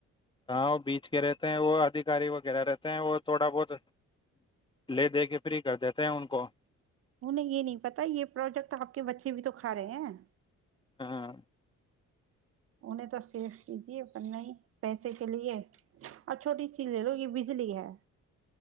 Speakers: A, on the left; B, on the right.
A: ہاں وہ بیچ کے رہتے ہیں وہ ادھیکاری وغیرہ رہتے ہیں وہ تھوڑا بہت لے دے کے فری کر دیتے ہیں ان کو
B: انیں یہ نہیں پتا یہ پروجیکٹ آپ کے بچے بھی تو کھا رہے ہیں
A: ہاں
B: انہیں تو سیف کیجیے پر نہیں پیسے کے لیے اور چھوٹی چیز لے لو یہ بجلی ہے